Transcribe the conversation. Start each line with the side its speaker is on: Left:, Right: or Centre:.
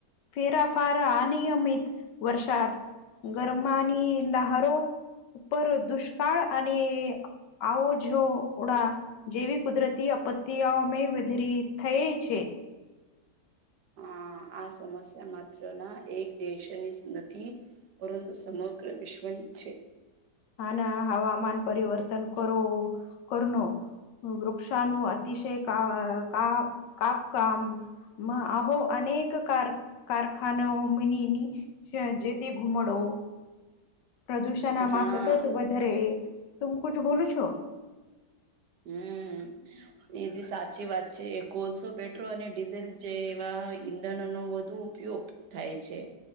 Left: ફેરાફાર, આનિયમિત વરસાદ ગરમાની લાહારો ઉપર દુષ્કાળ અને આવો જો ઉડા જેવી કુદરતી આપત્યાઓ મે વધીરી થઈ છે.
Right: હહ આ સમસ્યા માત્ર ના એક દેશની નથી. પરંતુ સમગ્ર વિશ્વની છે.
Left: હાના હવામાન પરિવર્તન કરવો કરનો વૃક્ષાનું અતિશય કા કા કાપકામ માં આહો અનેક કાર કારખાનાઓ મીની ની સે જેથી ઘુમડો પ્રદૂષનમાં
Right: હા
Left: સતત વધારે. તુંમ કુછ બોલું છો?
Right: હમ એ બી સાચી વાત છે એ કોલસો પેટ્રોલ અને ડીઝલ જે એવા ઈંધન ન દુ ઉપયોગ થાય છે.